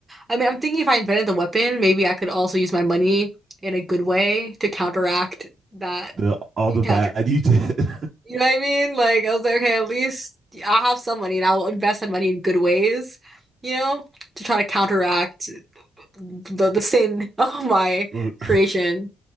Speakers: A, on the right; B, on the right.
A: I mean, I'm thinking if I invented the weapon, maybe I could also use my money in a good way to counteract that
B: the all the
A: counter.
B: bad you did.
A: You know what I mean? Like I was like, okay, at least I'll have some money and I'll invest that money in good ways, you know, to try to counteract the the sin <laughs> of my
B: <laughs> Look.
A: creation.